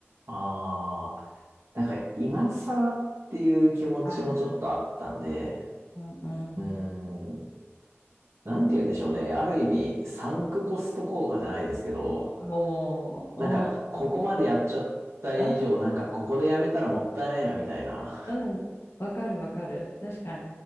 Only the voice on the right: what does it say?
ああ。なんか今更っていう気持ちもちょっとあったんで、
うーん、なんて言うんでしょうね。ある意味、サンクコスト効果じゃないですけど、
なんか、ここまでやっちゃった以上、
なんか、ここでやめたらもったいないな、みたいな。